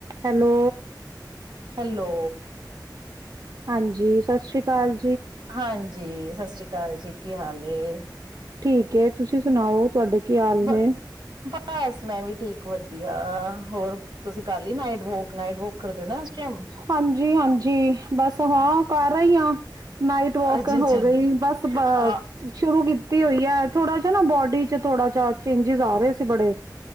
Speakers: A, on the right; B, on the right.
A: ਹੈਲੋ।
B: ਹੈਲੋ।
A: ਹਾਂਜੀ, ਸਤ ਸ੍ਰੀ ਕਾਲ।
B: ਹਾਂਜੀ। ਸਤ ਸ਼੍ਰੀ ਕਾਲ ਜੀ, ਕੀ ਹਾਲ ਏ?
A: ਠੀਕ ਏ, ਤੁਸੀਂ ਸੁਣਾਓ ਤੁਵਾਡੇ ਕੀ ਹਾਲ
B: ਬ
A: ਨੇ।
B: ਬਸ ਮੈਂ ਵੀ ਠੀਕ ਵਧੀਆ ਹੋਰ ਤੁਸੀਂ ਕਰ ਲਈ ਨਾਈਟ ਵੋਕ ਨਾਈਟ ਵੋਕ ਕਰਦੇ ਹੋ ਨਾ ਇਸ ਟਾਈਮ
A: ਹਾਂਜੀ ਹਾਂਜੀ ਬਸ ਹਾਂ ਕਰ ਰਹੀ ਹਾਂ ਨਾਈਟ ਵੋਕ
B: ਅੱਛਾ ਅੱਛਾ
A: ਹੋ ਗਈ ਬਸ ਬ
B: ਆ
A: ਸ਼ੁਰੂ ਕੀ ਹੋਈ ਹੈ ਥੋੜਾ ਜਿ ਨਾ ਬੋਡੀ ਚ ਥੋੜਾ ਜਿਹਾ ਚੈਨਜੇਸ ਆ ਰਹੇ। ਬੜੇ